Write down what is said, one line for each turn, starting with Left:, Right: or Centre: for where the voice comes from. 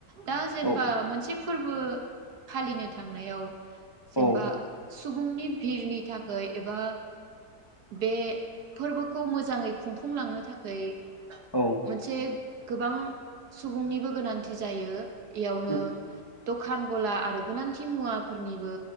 Right: दा जेनेबा
Left: औ
Right: मोनसे फोरबो फालिनो थांनायाव जेनेबा
Left: औ
Right: सुबुंनि भिरनि थाखाय एबा बे फोरबोखौ मोजाङै खुंफुंलांनो थाखाय
Left: औ
Right: मोनसे गोबां सुबुंनिबो गोनांथि जायो इयावनो
Left: औ
Right: दखान गला आरो गोनांथि मुवाफोरनिबो